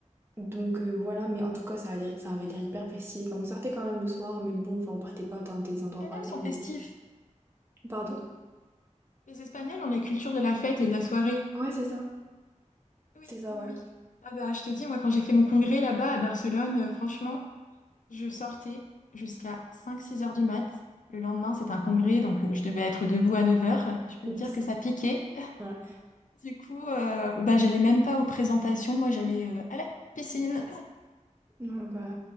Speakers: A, on the right; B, on the left.
A: Donc euh, voilà, mais en tout cas, ça a l'air- ça avait l'air hyper festif. Enfin, on sortait quand même le soir, mais bon, enfin, on partait pas dans des endroits
B: Espagnols
A: pareils,
B: sont festifs.
A: mais... Pardon?
B: Les Espagnols ont la culture de la fête et de la soirée.
A: Ouais, c'est ça.
B: Oui,
A: C'est ça,
B: oui,
A: ouais.
B: oui. Ah bah, je te dis, moi, quand j'ai fait mon congrès là-bas à Barcelone, euh, franchement. Je sortais jusqu'à cinq six heures du mat. Le lendemain, c'est un congrès, donc euh, je devais être debout à 9 heures. Je peux
A: Oups.
B: te dire que ça piquait. <laughs>
A: Ouais.
B: Du coup, euh, bah, j'allais même pas aux présentations. Moi, j'allais euh, à la piscine.
A: Ouais, bah...